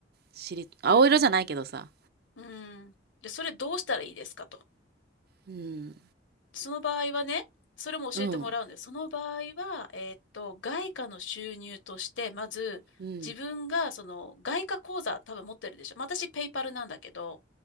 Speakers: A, on the right; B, on the left.
A: 知り、青色じゃないけどさ。
B: うん。うん。で、それどうしたらいいですかと。
A: うん。
B: その場合はね、それも教えてもらうんです。
A: うん。
B: その場合は、えーっと、外貨の収入として、まず、
A: うん。
B: 自分が、その、外貨口座多分持ってるでしょ。まあ、私、ペイパルなんだけど、